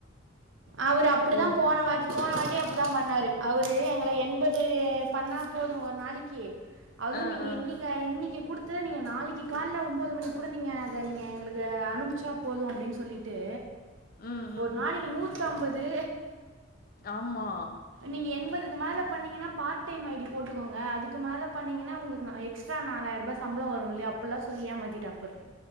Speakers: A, on the right; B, on the left.
A: அவரு அப்படிதா
B: ஓ
A: போன மாரி போன வாட்டி அப்படிதா பண்ணாரு அவரு எங்கள என்பது பண்ணா போது ஒரு நாளிக்கி அதூ
B: ஆ
A: நீங்க
B: ஆ
A: இன்னிக் க இன்னிக்கி குடுத்தத நீங்க நாளிக்கி கால்ல ஒன்போது மணிக்கு கூட நீங்க அத நீங்க எங்களுக்கு அனுப்ச்சா போது அப்டின் சொல்லிட் ட்டு
B: ம்
A: ஒரு
B: ம்
A: நாளைக்கி நூத்தம்பது
B: ஆமா
A: நீங்க எண்பதுக்கு மேல பண்ணீங்கனா பார்ட் டைம் ஐடி போட்டுக்கோங்க அதுக்கு மேல பன்னீங்கனா நா உங்கலுக்கு எக்ஸ் எக்ஸ்ட்ரா நாலாயரூபா சம்பளம் வரும் இல்லையா அப்பில்லா சொல்லி ஏமாத்திட்டா பாரு